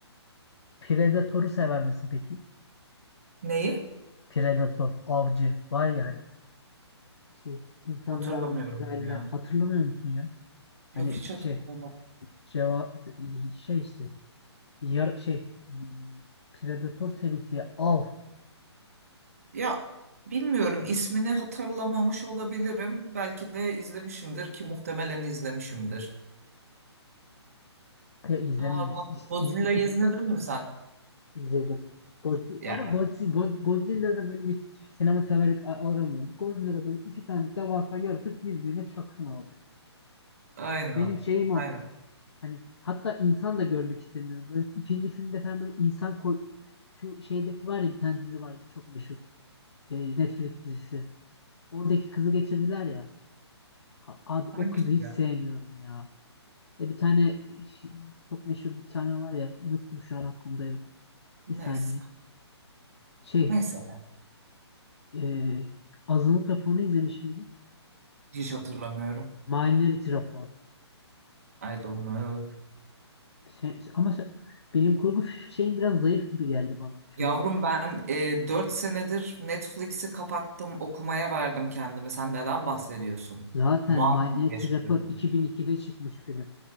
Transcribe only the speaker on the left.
Predator'u sever misin peki?
Predator, avcı var ya hani şey insanları
avlayan uzaylılar
hatırlamıyor musun ya?
Hani
şey ceva şey işte yar şey hmm, Predator serisi av
ya izlememiş
iz,
iz-
İzledim. Godzi-
ama Godzi- God- Godzilla'da böyle bir sinema severlik a- aramıyorum. Godzilla'da böyle iki tane devasa yaratık birbirine çaksın abi.
Benim şeyim o.
Hani hatta insan da görmek istemiyorum. Böyle ikinci filmde falan böyle insan koy... Şu şeydeki var ya bir tane dizi vardı çok meşhur. E, Netflix dizisi. Oradaki kızı getirdiler ya. A- abi
o kızı hiç
sevmiyorum ya. E bir tane ş- çok meşhur bir tane var ya. Unuttum şu an aklımda yok.
Bir saniye. Şey.
e, azınlık raporunu izlemiş miydin?
Minority rapor.
Sen- sen- ama sen- bilim kurgu şeyin biraz zayıf gibi geldi bana şu
an.
Zaten
Minority
Report 2002'de çıkmış film.